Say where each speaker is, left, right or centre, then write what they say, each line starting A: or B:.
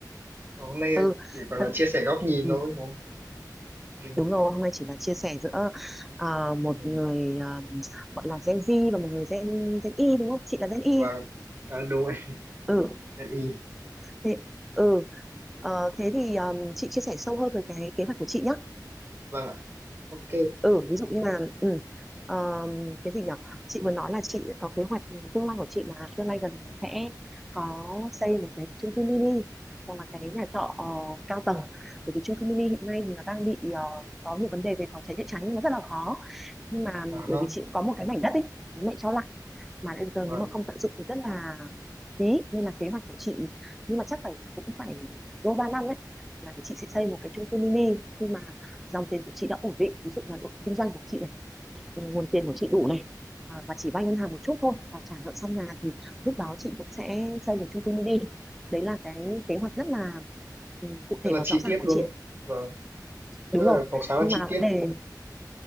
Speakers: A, on the right; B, in the centre.
A: còn hôm nay
B: ừ,
A: ờ, chỉ gọi
B: thật-
A: là chia sẻ góc nhìn
B: ừ
A: thôi đúng không ừ.
B: đúng rồi hôm nay chỉ là chia sẻ giữa à, một
A: ừ,
B: người à, gọi là Gen Z và một người Gen Gen Y đúng không chị là Gen Y
A: và à, đúng rồi
B: ừ
A: Nhân ý
B: thế ừ Ờ, thế thì um, chị chia sẻ sâu hơn về cái kế hoạch của chị nhé
A: vâng ạ ok
B: ừ ví dụ như là ừ, ờ, cái gì nhở chị vừa nói là chị có kế hoạch tương lai của chị là tương lai gần là sẽ có xây một cái chung cư mini hoặc là cái nhà trọ ờ, cao tầng bởi vì chung cư mini hiện nay thì nó đang bị ờ, có nhiều vấn đề về phòng cháy chữa cháy nên nó rất là khó nhưng mà
A: à
B: bởi
A: ha
B: vì chị cũng có một cái mảnh đất ấy bố mẹ cho lại mà đến giờ
A: vâng
B: nếu mà không tận dụng thì rất là phí nên là kế hoạch của chị nhưng mà chắc phải cũng phải đôi ba năm đấy là chị sẽ xây một cái chung cư mini khi mà dòng tiền của chị đã ổn định ví dụ là độ kinh doanh của chị này nguồn tiền của chị đủ này à, và chỉ vay ngân hàng một chút thôi và trả nợ xong nhà thì lúc đó chị cũng sẽ xây một chung cư mini đấy là cái kế hoạch rất là ừ, cụ
A: rất
B: thể
A: là
B: và
A: chi
B: rõ ràng
A: tiết
B: của
A: luôn
B: chị
A: đấy vâng
B: đúng
A: rất là
B: rồi
A: có khá là
B: nhưng
A: chi
B: mà
A: tiết
B: vấn đề